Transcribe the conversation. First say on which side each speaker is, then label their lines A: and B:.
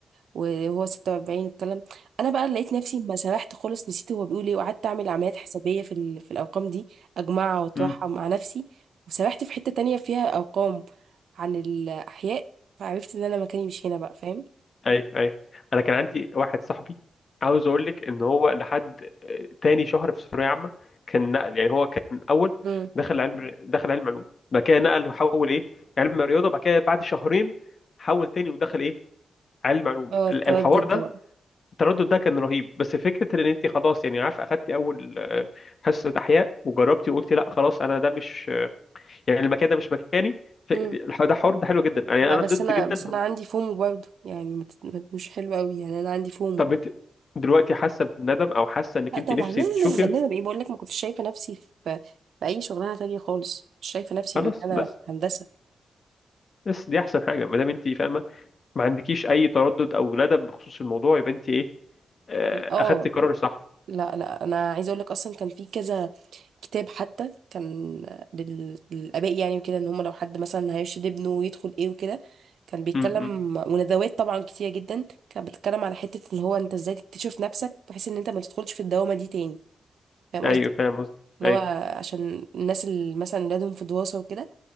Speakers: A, on the right; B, on the left.
A: و- وهو 46 والكلام انا بقى لقيت نفسي ما سرحت خالص نسيت هو بيقول ايه وقعدت اعمل عمليات حسابيه في ال... في الارقام دي اجمعها واطرحها
B: حلو
A: مع نفسي وسرحت في حته تانية فيها ارقام عن الاحياء فعرفت ان انا مكاني مش هنا بقى فاهم
B: اي اي انا كان عندي واحد صاحبي عاوز اقول لك ان هو لحد آه، تاني شهر في ثانويه عامه كان نقل يعني هو كان اول
A: امم
B: دخل علم دخل علم علوم بعد كده نقل وحول ايه علم رياضه بعد كده بعد شهرين حول تاني ودخل ايه علم علوم
A: اه
B: ال-
A: التردد
B: الحوار ده
A: ده بقى
B: التردد ده كان رهيب بس فكره ان انت خلاص يعني عارف اخدتي اول آه، حصه احياء وجربتي وقلتي لا خلاص انا ده مش يعني المكان ده مش مكاني ف-
A: امم
B: ده حوار ده حلو جدا يعني
A: لا
B: انا
A: بس
B: ضد
A: انا
B: جدا
A: بس انا عندي فومو برضه يعني مت... مت- مش حلو قوي يعني انا عندي فومو
B: طب انت دلوقتي حاسه بندم او حاسه انك
A: لا
B: انت
A: طبعا
B: نفسي
A: لازم
B: تشوفي
A: بننا بايه بقول لك ما كنتش شايفه نفسي في في اي شغلانه تانية خالص مش شايفه نفسي
B: خلاص
A: غير إن
B: بس
A: انا في هندسه
B: بس دي احسن حاجه ما دام انت فاهمه ما عندكيش اي تردد او ندم بخصوص الموضوع يبقى انت ايه آه،
A: اه
B: اخدتي قرار صح
A: لا لا انا عايزه اقول لك اصلا كان في كذا كتاب حتى كان لل- للاباء يعني وكده ان هم لو حد مثلا هيرشد ابنه ويدخل ايه وكده كان بيتكلم
B: امم
A: وندوات طبعا كتير جدا كانت بتتكلم على حته ان هو انت ازاي تكتشف نفسك بحيث ان انت ما تدخلش في الدوامه دي تاني فاهم
B: ايوه
A: قصدي
B: فاهم قصدك
A: اللي
B: ايوه
A: هو عشان الناس اللي مثلا ولادهم في دراسه وكده